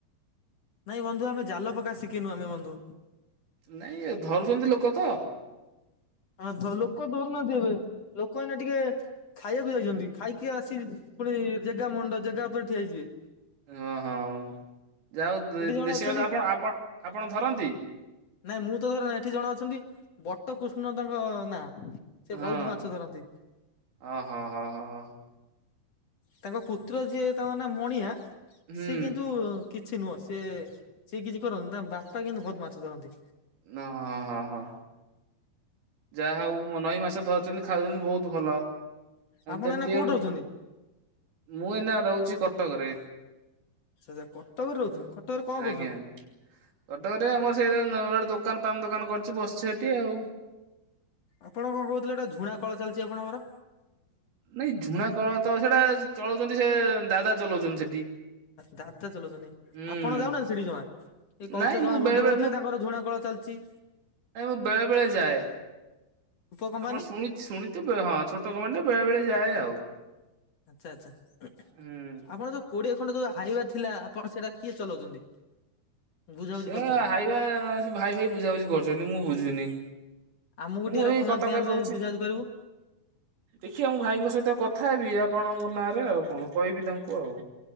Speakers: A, on the left (about 50°); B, on the right (about 80°).
A: ନାଇଁ, ବନ୍ଧୁ ଆମେ ଜାଲ ପକା ଶିଖିନୁ ଆମେ ବନ୍ଧୁ।
B: ନାଇଁ, ଧରୁଛନ୍ତି ଲୋକ ତ!
A: ହ ଲୋକ ଧରୁନାହାଁନ୍ତି ଏବେ। ଲୋକମାନେ ଟିକେ ଖାଇବାକୁ ଯାଇଛନ୍ତି। ଖାଇକି ଆସିି ପୁଣି ଜେଗା ମଣ୍ଡ, ଜେଗା ଉପରେ ଠିଆଇଯିବେ।
B: ହଁ, ହଁ, ମୋ ଯାହା ହଉ,
A: ଏଠି ଜଣେ
B: ଦେଶୀ
A: ଅଛନ୍ତି
B: ମାଛ ଆପଣ ଆପଣ ଆପଣ ଧରନ୍ତି?
A: ନାଇଁ, ମୁଁ ତ ଧର ନାଇଁ ଏଠି ଜଣେ ଅଛନ୍ତି! ବଟକୃଷ୍ଣ ତାଙ୍କ-ଅ ନାଁ। ସେ
B: ହଁ
A: ବହୁତ ମାଛ ଧରନ୍ତି।
B: ହଁ ହଁ ହଁ ହଁ ହଁ
A: ତାଙ୍କ ପୁତ୍ର ଯିଏ ତାଙ୍କ ନା ମଣିଆ,
B: ହୁଁ
A: ସିଏ କିନ୍ତୁ କିଛି ନୁହଁ ସେ, ସିଏ କିଛି କର <unintelligible> ତାଙ୍କ ବାପା କିନ୍ତୁ ବହୁତ ମାଛ ଧରନ୍ତି।
B: ନ ହଁ ହଁ ହଁ ହ। ଯାହା ହଉ, ମନଈ ମାଛ ଧରିଛନ୍ତି, ଖାଉଛନ୍ତି ବହୁତ ଭଲ।
A: ଆପଣ
B: ଦେମିତି
A: ଏଇନା କୋଉଠି
B: ଆମ୍,
A: ରହୁଛନ୍ତି?
B: ମୁଁ ଏନା ରହୁଛି କଟକରେ।
A: ଅଚ୍ଛା ଚ୍ଛା, କଟକରେ ରହୁଛନ୍ତି! କଟକରେ କଣ କରୁଛନ୍ତି?
B: ଆଜ୍ଞା କଟକରେ ଆମର ସେଇ <unintelligible> ଗୋଟେ ଦୋକାନ ପାନ ଦୋକାନ କରିଛି, ବସଛି ହେଠି ଆଉ।
A: ଆପଣ କଣ କହୁଥିଲେ? ଏଟା ଝୁଣା କଳ ଚାଲିଛି ଆପଣଙ୍କର!
B: ନାଇଁ, ଝୁଣା କଳ ତ ସେଟା ଚଳଉଛନ୍ତି, ସେ ଦାଦା ଚଲଉଛନ୍ତି ସେଠି।
A: ଦାଦା ଚଲଉଛନି,
B: ହୁଁ
A: ଆପଣ ଯାଉ ନାହାଁନ୍ତି ସେଠିକି ଜମା? ଏ କହୁଥିଲେ,
B: ନାଇଁ ମୁଁ
A: ଜଣେ
B: ବେଳେ
A: ବନ୍ଧୁ
B: ବେଳେ
A: କହୁଥିଲେ,
B: ମୁଁ
A: ତାଙ୍କର ଝୁଣା କଳ ଚାଲିଚି।
B: ବେଳେବେଳେ ଯାଏ।
A: କମ୍ପାନୀ
B: ଆପଣ ଶୁଣି ଶୁଣିଥିବେ, ହଁ, ଛୋଟକ ମାନେ ବେଳେ ବେଳେ ଯାଏ ଆଉ।
A: ଆଚ୍ଛା ଆଚ୍ଛା ଆପଣ
B: ହୁଁ।
A: ଯୋଉ କୋଡିଏ ପଣ କରିଛନ୍ତି। ଯୋଉ ହାଇବା ଥିଲା ଆପଣ ସେଇଟା କିଏ ଚଲାଉଛନ୍ତି? ବୁଝାବୁଝି
B: ସେ
A: କରୁଛନ୍ତି?
B: ହାଇବା ସେ ଭାଇ ଭାଇ ବୁଝାବୁଝି କରୁଛନ୍ତି ମୁଁ ବୁଝୁନି।
A: ଆମକୁ
B: ମୁଁ
A: ଟିକେ ରଖୁନାହାନ୍ତି
B: ଏଇ କଟକରେ
A: ଆମେ
B: ରହୁଛି।
A: ବୁଝାବୁଝି କରିବୁ।
B: ଦେଖିବା ମୁଁ ଭାଇଙ୍କ ସହିତ କଥା ହେବି ଆପଣଙ୍କ ନାଁରେ ଆଉ କଣ କହିବି ତାଙ୍କୁ ଆଉ